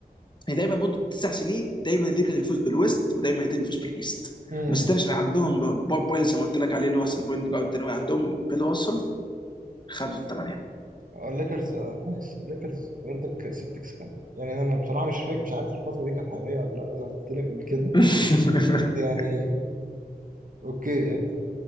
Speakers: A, on the left; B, on the right.
A: يعني دايما برضه تسع سنين دايما الليكرز يفوز بالويست ودايما التاني يفوز بالايست
B: امم
A: بس التاني عشان عندهم بوب بايلي زي ما قلت لك عليه اللي هو احسن بوينت جارد الثانوي عندهم بيل وصل خدوا الثمانيه
B: الليكرز آه، نايس الليكرز برضك سيلتكس كان يعني انا بصراحه مش فاكر مش عارف الفتره دي كانت حقيقيه ولا لا زي ما قلت لك قبل كده
A: <laughs>
B: بس يعني اوكي يعني